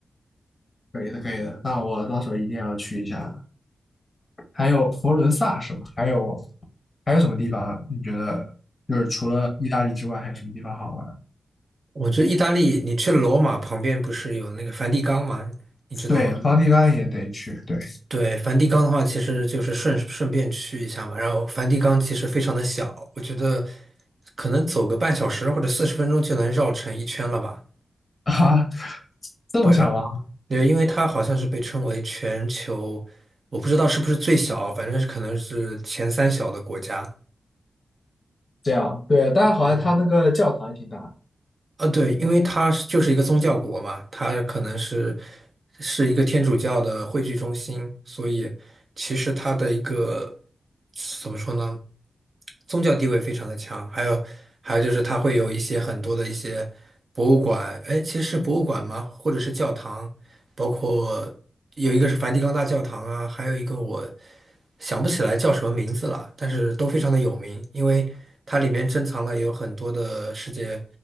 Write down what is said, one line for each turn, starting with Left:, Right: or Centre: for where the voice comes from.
Left: 可以的，可以的。那我到时候一定要去一下的还有佛罗伦萨是吗？还有还有什么地方你觉得就是除了意大利之外，还有什么地方好玩？
Right: 我觉得意大利，你去了罗马旁边不是有那个梵蒂冈吗？你知道吗？
Left: 对，梵蒂冈也得去。对
Right: 对，梵蒂冈的话，其实就是顺顺便去一下嘛。然后梵蒂冈其实非常的小，我觉得可能走个半小时或者四十分钟就能绕成一圈了吧。
Left: <laughs> 啊，这么想吗？
Right: 对，对，因为它好像是被称为全球，我不知道是不是最小，反正是可能是前三小的国家。
Left: 这样，对，但是好像他那个教堂也挺大的。
Right: 嗯。呃，对，因为它是就是一个宗教国嘛，它可能是是一个天主教的汇聚中心，所以其实它的一个怎么说呢，宗教地位非常的强。还有还有就是它会有一些很多的一些博物馆，哎，其实是博物馆吗？或者是教堂，包括有一个是梵蒂冈大教堂啊，还有一个我想不起来叫什么名字了，但是都非常的有名，因为它里面珍藏了有很多的世界。